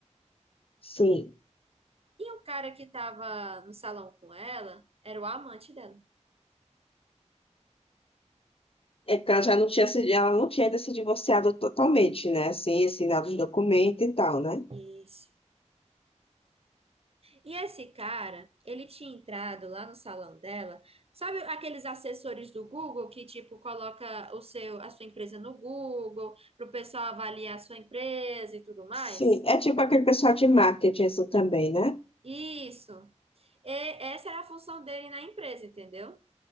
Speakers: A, on the left (about 50°); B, on the right (about 55°).
A: sim.
B: E o cara que tava no salão com ela era o amante dela.
A: É porque ela já não tinha se, ela não tinha ainda se divorciado totalmente, né? Assim, assinado os documentos e tal, né?
B: Isso. E esse cara, ele tinha entrado lá no salão dela. Sabe aqueles assessores do Google que tipo coloca o seu a sua empresa no Google para o pessoal avaliar a sua empresa e tudo mais?
A: Sim, é tipo aquele pessoal de marketing isso também, né?
B: Isso. E essa era a função dele na empresa, entendeu?